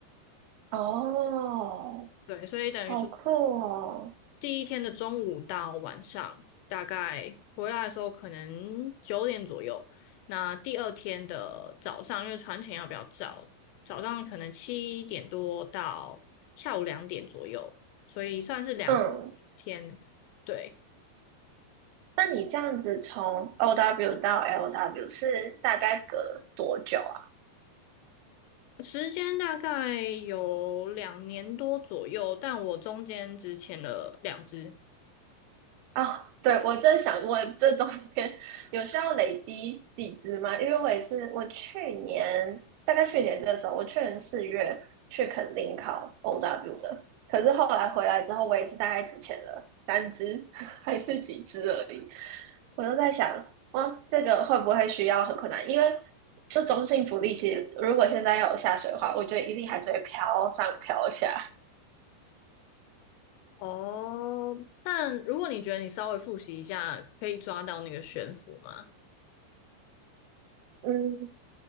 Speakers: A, on the right; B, on the left.
A: 哦，
B: 对，所以等于说是
A: 好酷哦。
B: 第一天的中午到晚上，大概回来的时候可能九点左右。那第二天的早上，因为船前要比较早，早上可能七点多到下午两点左右，所以算是两
A: 嗯，
B: 天。对，
A: 那你这样子从 OW 到 LW 是大概隔多久？啊？
B: 时间大概有两年多左右，但我中间只潜了两只。
A: 啊，对，我正想问，这中间有需要累积几只吗？因为我也是，我去年大概去年这个时候，我去年四月去肯定考 OW 的，可是后来回来之后，我也是大概只签了三只 <laughs> 还是几只而已。我就在想，哇，这个会不会需要很困难？因为这中性福利，其实如果现在要有下水的话，我觉得一定还是会飘上飘下。
B: 哦，但如果你觉得你稍微复习一下，可以抓到那个悬浮吗？
A: 嗯，